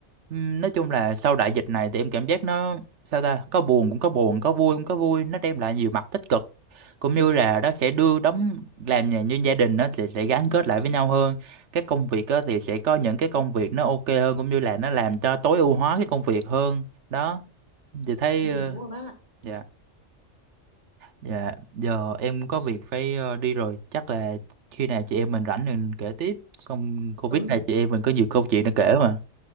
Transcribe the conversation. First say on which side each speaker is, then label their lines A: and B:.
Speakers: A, on the right; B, on the right.
A: Ừm, nói chung là sau đại dịch này thì em cảm giác nó sao ta có buồn cũng có buồn có vui cũng có vui nó đem lại nhiều mặt tích cực cũng như là nó sẽ đưa đóng làm nhà như gia đình nó sẽ, sẽ gắn kết lại với nhau hơn các công việc á, thì sẽ có những cái công việc nó ok hơn cũng như là nó làm cho tối ưu hóa cái công việc hơn đó thì thấy
B: ừ,
A: ờ,
B: đúng rồi bác ạ
A: dạ dạ giờ em có việc phải ờ, đi rồi chắc là khi nào chị em mình rảnh mình kể tiếp không Covid
B: ừ
A: này chị em mình có nhiều câu chuyện để kể mà